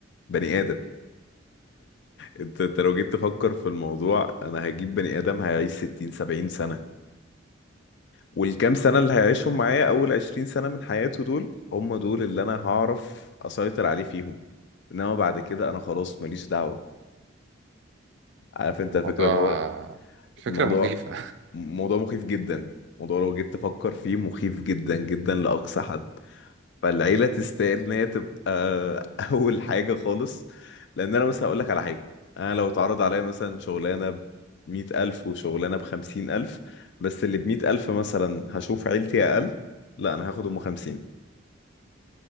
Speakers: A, on the left; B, on the right.
A: بني آدم أنت أنت لو جيت تفكر في الموضوع أنا هجيب بني آدم هيعيش 60 70 سنة والكام سنة اللي هيعيشهم معايا أول عشرين سنة من حياته دول هم دول اللي أنا هعرف أسيطر عليه فيهم إنما بعد كده أنا خلاص ماليش دعوة عارف أنت
B: الموضوع
A: الفكرة اللي هو
B: فكرة
A: الموضوع
B: مخيفة
A: موضوع مخيف جدا موضوع لو جيت تفكر فيه مخيف جدا جدا لأقصى حد فالعيلة تستاهل إن هي تبقى <laughs> أول حاجة خالص لأن أنا مثلا هقول لك على حاجة أنا لو اتعرض عليا مثلا شغلانة بمية ألف وشغلانة بخمسين ألف بس اللي بمية ألف مثلا هشوف عيلتي أقل لا انا هاخد ام 50